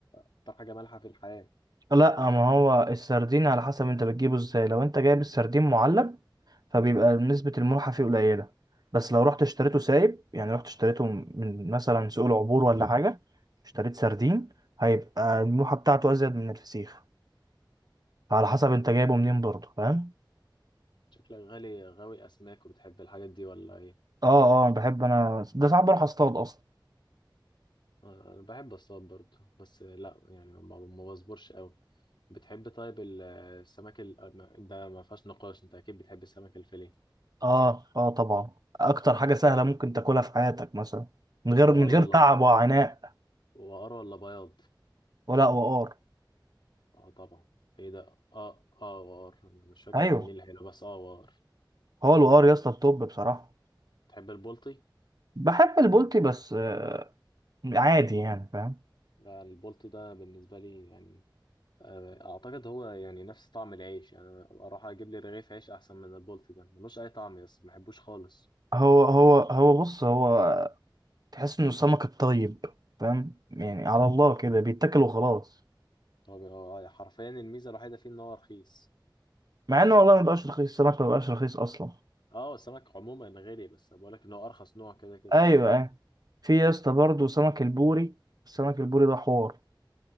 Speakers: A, on the left (about 70°); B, on the right (about 50°).
A: اكتر حاجه مالحه في الحياه
B: لا ما هو السردين على حسب أنت بتجيبه ازاي لو أنت جايب السردين معلب فبيبقى نسبة الملوحة فيه قليلة بس لو رحت اشتريته سايب يعني رحت اشتريته من مثلا سوق العبور ولا حاجة اشتريت سردين هيبقى الملوحة بتاعته أزيد من الفسيخ على
A: امم
B: حسب انت جايبه منين برضه فاهم
A: شكلك غالي غاوي اسماك وبتحب الحاجات دي ولا ايه
B: اه اه بحب انا ده ساعات بروح اصطاد اصلا
A: آه، انا بحب اصطاد برضه بس لا يعني ما ما بصبرش قوي بتحب طيب ال- السمك ال... ده ما فيهاش نقاش انت اكيد بتحب السمك الفيليه
B: اه اه طبعا اكتر حاجة سهلة ممكن تاكلها في حياتك مثلا من غير
A: وقار
B: من غير
A: ولا
B: تعب وعناء
A: وقار ولا بياض
B: ولا وقار
A: اه طبعا ايه ده اه اه وقار انا مش فاكر
B: ايوه
A: كان مين اللي حلو بس اه وقار
B: هو الوقار يا اسطى التوب بصراحة
A: تحب البلطي
B: بحب البولتي بس آه، عادي يعني فاهم
A: لا البلطي ده بالنسبه لي يعني آه، اعتقد هو يعني نفس طعم العيش يعني أنا اروح اجيب لي رغيف عيش احسن من البولت ده ملوش اي طعم يس ما بحبوش خالص
B: هو هو هو بص هو تحس انه السمك الطيب فاهم يعني على الله كده بيتاكل وخلاص
A: هو بي- هو حرفيا الميزه الوحيده فيه ان هو رخيص
B: مع انه والله ما بقاش رخيص السمك ما بقاش رخيص اصلا
A: اه السمك عموما غالي بس بقول لك ان هو ارخص نوع كده كده
B: ايوه ايوه في يا اسطى برضه سمك البوري السمك البوري ده حوار